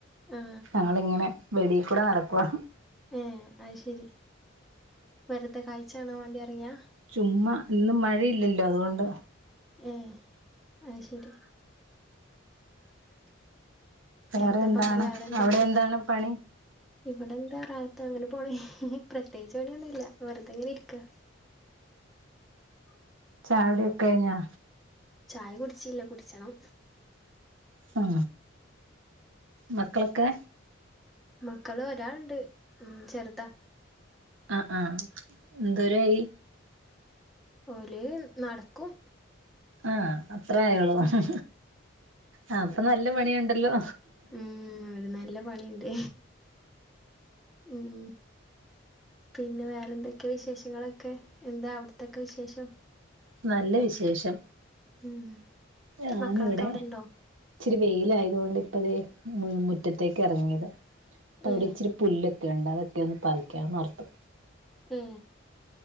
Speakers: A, in the centre; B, on the right.
A: ആ
B: ആളിങ്ങനെ വെളിയിൽ കൂടെ നടക്കുവാ
A: ഏ അശേരി വെറുതെ കാഴ്ച കാണാൻ വേണ്ടി ഇറങ്ങിയാ
B: ചുമ്മാ ഇന്നും മഴയില്ലല്ലോ അതുകൊണ്ട്
A: ഏ അശേരി
B: വേറെ
A: എന്താ
B: എന്താണ്
A: പണി വേറെ എന്തൊക്കെ
B: അവിടെ എന്താണ് പണി
A: ഇവിടെ എന്താ റാത്ത അങ്ങനെ പോണ പ്രത്യേച്ച് പേണിയൊന്നും ഇല്ല വെറുതെങ്ങനെ ഇരിക്ക <unintelligible>
B: ചായുടിക്കെ കഴിഞ്ഞാ
A: ചായ കുടിച്ചില്ല കുട്ച്ചണം
B: ആ മക്കളൊക്കെ
A: മക്കള് ഒരാളുണ്ട് ഉം ചെറുതാ
B: ആ ആ എന്തോരായി
A: ഓലെ നടക്കും
B: ആ അത്ര ആയുള്ളൂലേ
A: ഉം
B: ആ അപ്പ നല്ല പണിയുണ്ടല്ലോ
A: ഉം ഒരു നല്ല പണിയുണ്ട് ഉം പിന്നെ വേറെന്തൊക്കെ വിശേഷങ്ങളൊക്കെ എന്താ അവിടത്തൊക്കെ വിശേഷം
B: നല്ല വിശേഷം
A: ഉം
B: ഞാനിവിടെ
A: മക്കളൊക്കെ അവിടെണ്ടോ
B: ഇച്ചിരി വെയില ആയതുകൊണ്ട് ഇപ്പ തേ മുറ്റത്തേക്ക് ഇറങ്ങിയതാ അപ്പ
A: ഏ
B: അവിടെ ഇച്ചിരി പുല്ല് രണ്ടതൊക്കെ ഒന്ന് പറിക്കാനോർതു
A: ഏ